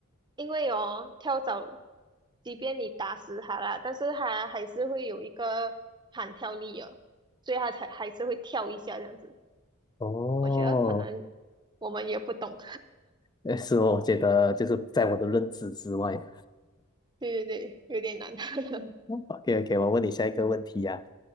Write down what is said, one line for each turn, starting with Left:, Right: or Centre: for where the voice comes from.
Right: 因为哦，跳蚤，即便你打死它啦，但是它还是会有一个弹跳力哦，所以它才还是会跳一下这样子。
Left: 哦，
Right: 我觉得可能我们也不懂，
Left: 呃是哦我觉得就是在我的认知之外。
Right: <laughs> 对对对，有点难。<laughs> 什
Left: OK OK，我问你下一个问题呀、